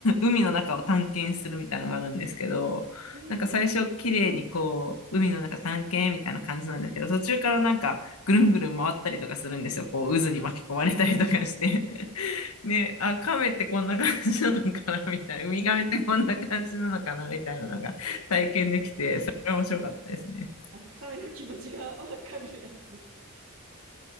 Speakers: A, on the left; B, on the right.
A: 海の中を探検するみたいなのがあるんですけど、
B: えー、
A: なんか最初綺麗にこう、海の中探検みたいな感じなんですけど、途中からなんかぐるんぐるん回ったりとかするんですよ。こう渦に巻き込まれたりとかして。<laughs> で、あ、亀ってこんな感じなのかなみたいな。ウミガメってこんな感じなのかなみたいなのが体験できて、それは面白かったですね。
B: あ、神の気持ちが <laughs> わかるやつ。好